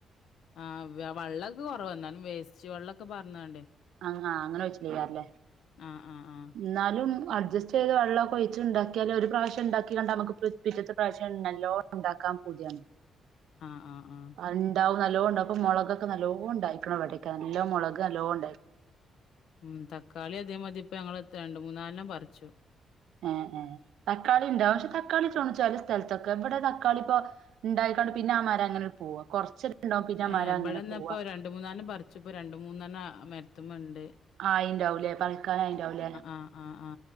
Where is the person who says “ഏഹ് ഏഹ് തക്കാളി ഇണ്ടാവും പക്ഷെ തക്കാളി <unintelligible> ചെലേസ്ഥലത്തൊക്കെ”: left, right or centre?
Right